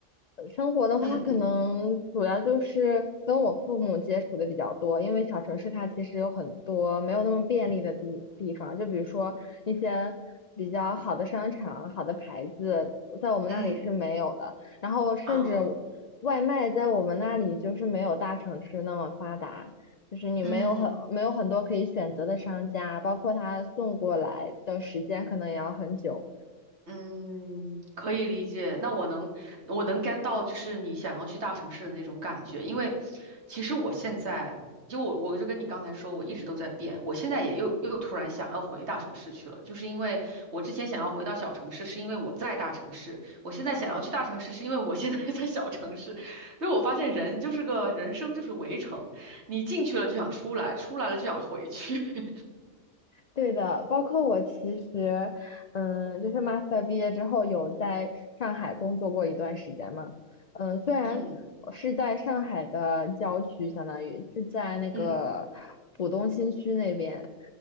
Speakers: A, on the left; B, on the right.
A: 呃生活的话，
B: 嗯嗯
A: 可能主要就是跟我父母接触的比较多，因为小城市它其实有很多没有那么便利的地地方，就比如说一些比较好的商场、好的牌子，在我们那里是没有的。
B: 嗯，
A: 然后甚至我外卖在我们那里就是没有大城市那么发达，
B: 啊，
A: 就是你没有很没有很多可以选择的商家，
B: 嗯。
A: 包括他送过来的时间可能也要很久。
B: 嗯，可以理解。那我能，我能 get 到，就是你想要去大城市的那种感觉。因为其实我现在，就我我就跟你刚才说，我一直都在变。我现在也又又突然想要回大城市去了，就是因为我之前想要回到小城市，是因为我在大城市；我现在想要去大城市，是因为我现在 <laughs> 在小城市。所以我发现人就是个人生就是围城，你进去了就想出来，出来了就想回去。<laughs>
A: 对的，包括我其实，嗯，就是 master 毕业之后有在上海工作过一段时间嘛，嗯，虽然
B: 嗯
A: 是在上海的郊区，相当于是在那个浦东新区那边，
B: 嗯